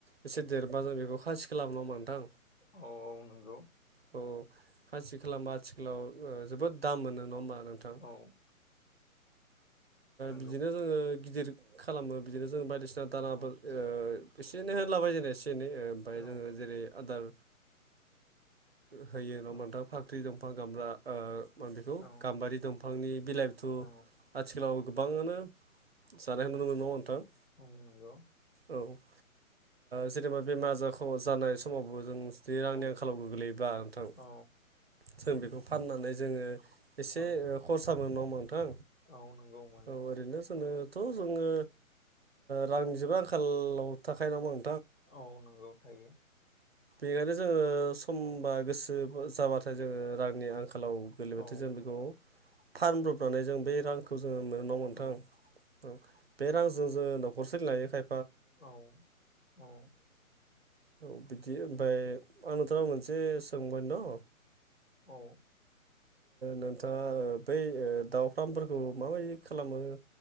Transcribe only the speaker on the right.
एसे देरबा जों बेखौ खासि खालामा होमबा नोंथां।
औ खासि खालामबा आथिखालाव जोबोद दाम मोनो नङा होमबा। नोंथां
बिदिनो जोङो गिदिर खालामो बिदिनो जों बायदिसिना दानाबो
एसे एनै होनलाबाय जेननो एसे एनै ओमफ्राय
जोङो जेरै आदार होयो नङा होनबा
नोंथां फाख्रि दंफां गामब्रा म बेखौ
गाम्बारि दंफांनि बिलाइ बिथु
आथिखालाव गोबाङानो जानायखौ नुनो मोनो नङा होनबा नोंथां?
औ ओ जेनेबा बेमार आजार ख जानाय समावबो जों जुदि रांनि
आंखालाव गोग्लैयोबा नोंथां
जों बेखौ फाननानै जोङो एसे
खरसा मोनो ना होनबा नोंथां
औ ओरैनो जों थ' जोङो रांनिजबो आंखालाव थाखाय न'ङा मोन
बेनिखायनो जोङो समबा गोसो जाबाथाय जोङो रांनि आंखा खालाव गोलैबथाय
जों बेखौ फानब्रबनानै जों बे रांखौ जों मोनथों
औ बे रांजों ज न'से लायोखाय
औ बिदि ओमफ्राय आं नोंथांनो' मोनसे सोंबाय दं।
नोंथाङा बै दाउ फार्मफोरखौ माबायदि खालामो